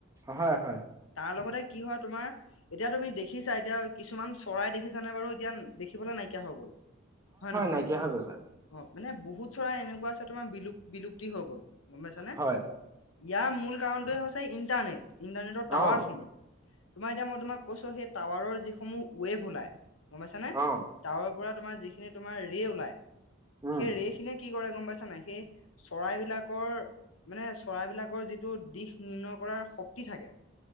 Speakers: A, on the right; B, on the left.
A: হয়, হয়।
B: তাৰ লগতে কি হয়, তোমাৰ এতিয়া তুমি দেখিছা এতিয়া কিছুমান চৰাই দেখি দেখি ছানে বাৰু, এতিয়া দেখিবলৈ নাইকিয়া হৈ গ'ল। হয় নহয়
A: নাইকিয়া
B: বাৰু,
A: হৈ গৈছে
B: অ' মানে বহুত চৰাই এনেকুৱা আছে, তোমাৰ বিলুপ বিলুপ্তি হৈ গ'ল। গ'ম পাইছনে?
A: হয়
B: ইয়াৰ মূল কাৰণটোৱেই হৈছে ইণ্টাৰনেট। ইণ্টাৰনেটৰ টাৱাৰসমূহ,
A: অ'
B: তোমাৰ এতিয়া মই তোমাক কৈছোঁ। সেই টাৱাৰৰ যি সমূহ ৱেভ ওলায়। গম পাইছানে?
A: অ'
B: টাৱাৰৰ পৰা তোমাৰ যিখিনি তোমাৰ ৰে ওলাই
A: উম
B: সেই ৰে খিনি কি কৰে গম পাইছানে নাই, সেই চৰাই বিলাকৰ মানে, চৰাইবলাকৰ যিটো দিশ নিৰ্ণয় কৰাৰ শক্তি থাকে।